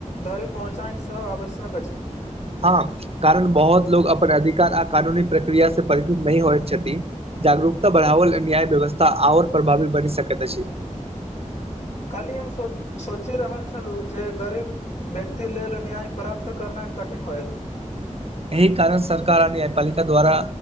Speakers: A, on the left; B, on the right.
A: धरी पहुँचान सेहो आवश्यक अछि छै
B: हँ कारण बहुत लोग अपन अधिकार आ कानूनी प्रक्रिया से परिचित नहि होइत छथिन जागरूकता बढ़ावल न्याय व्यवस्था आर प्रभावी बनि सक त छै
A: काल्हि हम सोचि रहल छलहुँ जे गरीब व्यक्ति लेल न्याय प्राप्त करनाए कठिन होएत
B: एही कारण सरकार आ न्यायपालिका द्वारा